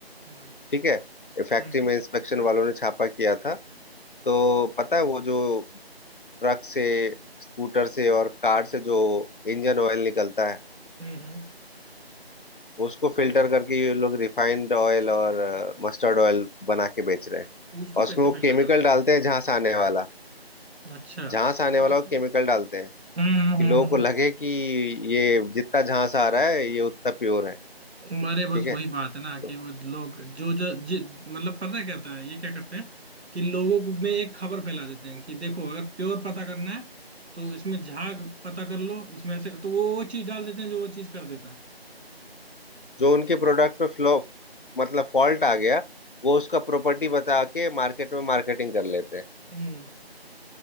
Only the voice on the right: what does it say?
हम्म
हम्म
हम्म हम्म।
उसको
कैसे
फिल्टर
कर देते
हैं अच्छा
हम्म
हम्म
हम्म
हम्म।
अरे
बस
वही बात है ना कि
वो लोग जो जो जि, मतलब पता है क्या होता है ये क्या करते हैं कि लोगों को में एक खबर फैला देते हैं कि देखो अगर प्योर पता करना है तो इसमें झाग पता कर लो इसमें ऐसे तो वो वो चीज डाल देते हैं जो वो चीज कर देता है
हम्म